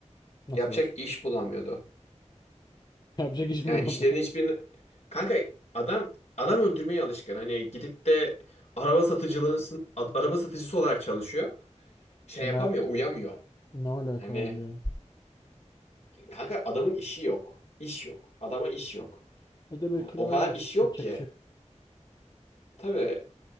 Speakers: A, on the left; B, on the left.
A: Nasıl
B: yapacak
A: var?
B: iş bulamıyordu.
A: <laughs> Yapacak iş
B: Yani
A: mi bulamıyor?
B: işlerin hiçbirini... Kanka adam adam öldürmeye alışkın. Hani gidip de araba satıcılığı a- araba satıcısı olarak çalışıyor. Şey
A: Ne
B: yapamıyor, uyamıyor.
A: ne alaka
B: Hani
A: abi ya?
B: kanka adamın işi yok. İş yok. Adama iş yok.
A: E de belki
B: Yani o
A: lazım
B: kadar
A: işte.
B: iş yok
A: Yapacak
B: ki.
A: bir şey. yok.
B: Tabii